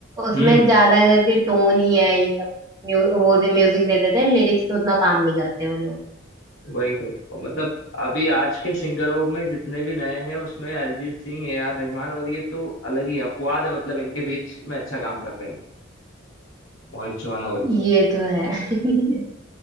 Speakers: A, on the right; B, on the left.
A: उसमें
B: हम्म
A: ज्यादा करके टोन ही है ये सब म्यू, वो दे म्यूजिक दे देते हैं लिरिक्स पे उतना काम नहीं करते वो लोग
B: वही तो तो मतलब अभी आज के सिंगरों में जितने भी नए हैं उसमें अरिजीत सिंह ए आर रहमान और ये तो अलग ही अपवाद है मतलब इनके बीच में अच्छा काम कर रहे हैं मोहित चौहान और ये सब
A: ये तो है <laughs>